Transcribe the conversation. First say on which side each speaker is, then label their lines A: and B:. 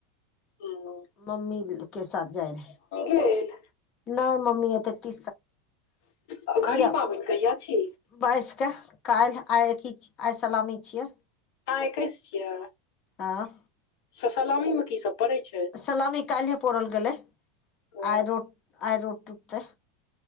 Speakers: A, on the left; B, on the left.
A: इ नो
B: मम्मी के साथ जाय रहे,
A: गेल
B: नहि मम्मी एते
A: घड़ी
B: <inaudible>
A: पाबनि कहिया छी
B: बाईस के काल्ह-आय अथि छी, आय सलामी छियै।
A: आय एक्केस छियै।
B: हाँ।
A: सलामी मे की सब पड़ै छैय।
B: सलामी काल्हे पोड़ल गेलै,
A: ओ
B: आइ रोट आइ रोट टुकते।